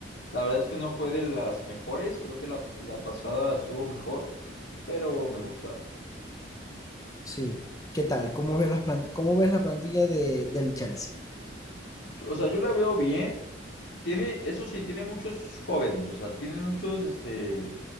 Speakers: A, on the left; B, on the left.
A: la verdad es que no fue de las mejores. Creo que la, la pasada estuvo mejor, pero me gusta.
B: Sí. ¿Qué tal? ¿Cómo ves las plan- cómo ves la plantilla de, del Chelsea?
A: O sea, yo la veo bien. Tiene, eso sí, tiene muchos jóvenes, o sea, tiene muchos este,